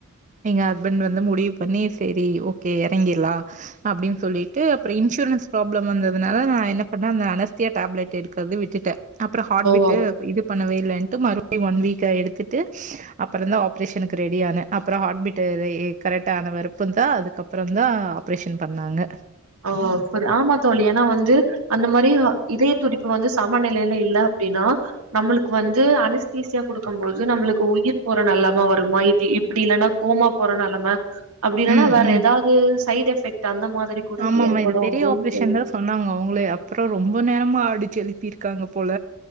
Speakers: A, on the right; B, on the right.
A: எங்க ஹஸ்பண்ட் வந்து முடிவு பண்ணி சரி ஓகே இறங்கலா அப்படின்னு சொல்லி ட்டு அப்புற இன்சுரன் ப்ராப்ளம் வந்தது நால என்ன பண்ண அந்த அனஸ்தியா டப்லட் எடுக்கிறத விட்டுட்ட அப்புறம் ஹார்ட்பிட்டு
B: ஓ
A: இது பண்ணவே இல்ன்ட்டு மறுபடியும் ஒன் வீக் எடுத்துட்டு அப்புறம் தா ஆப்ரேஷனுக்கு ரெடி ஆன அப்புறம் ஹார்ட் பீட் கரெக்ட் ஆன வெறுப்பு தா அதுக்கப்புறம் தா ஆப்ரேஷன் பண்ணாங்க
B: ஓ புரி ஆமா தோழி ஏன்னா வந்து அந்த மாதிரி இதய துடிப்பு வந்து சமான நிலையில இல்ல அப்படின்னா நம்மளுக்கு வந்து அனஸ்தீசியா குடுக்கும் போது நம்மளுக்கு உயிர் போற நிலம வருமா இப்படி இல்ன்னா கோமா போற நிலம அப்படி இல்லனா
A: ம்
B: வேற
A: ம்
B: ஏதாவது சைட் எஃபெக்ட் அந்த மாதிரி கூட
A: ஆமாமா
B: ஏற்படு
A: இது பெரிய
B: அப்டின்னு
A: ஆப்ரேஷன்
B: கேள்வி
A: சொன்னாங்க அவங்கலே அப்புறம் ரொம்ப நேரமா ஆடிச்சு எழுப்பியிருக்காங்க போல